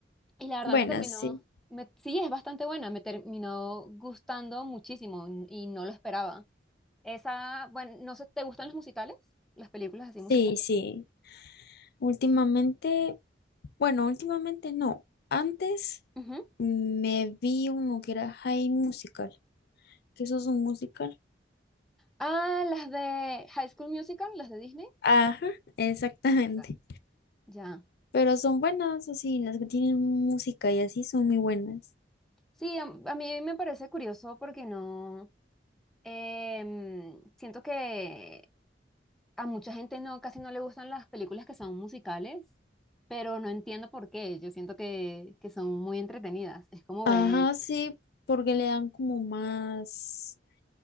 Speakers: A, in the centre; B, on the left.
A: Y la verdad
B: Bueno,
A: me terminó,
B: sí,
A: me- sí, es bastante buena, me terminó gustando muchísimo n- y no lo esperaba. Esa, bueno, no sé, ¿te gustan los musicales? Las películas así musicales.
B: sí, sí. Últimamente, bueno, últimamente no. Antes
A: Ujú.
B: me vi uno que era High Musical, que eso es un musical.
A: Ah, las de High School Musical, las de Disney.
B: Ajá, exactamente.
A: Esa. Ya.
B: pero son buenas, así, las que tienen música y así son muy buenas.
A: Sí, a, a mí me parece curioso porque no, em, siento que a mucha gente no, casi no le gustan las películas que son musicales, pero no entiendo por qué. Yo siento que, que son muy entretenidas. Es como
B: Ajá,
A: ver
B: sí, porque le dan como más